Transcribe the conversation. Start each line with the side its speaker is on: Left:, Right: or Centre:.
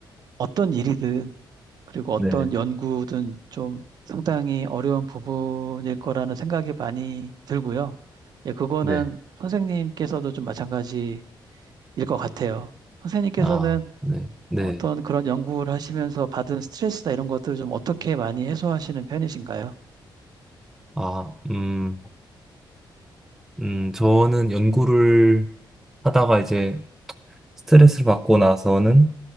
Right: 어떤 일이든 그리고 어떤
Centre: 네.
Right: 연구든 좀 상당히 어려운 부분일 거라는 생각이 많이 들고요. 예, 그거는
Centre: 네.
Right: 선생님께서도 좀 마찬가지일 것 같아요. 선생님께서는
Centre: 아, 네, 네.
Right: 어떤 그런 연구를 하시면서 받은 스트레스나 이런 것들을 좀 어떻게 많이 해소하시는 편이신가요?
Centre: 아, 음, 음, 저는 연구를 하다가 이제 스트레스를 받고 나서는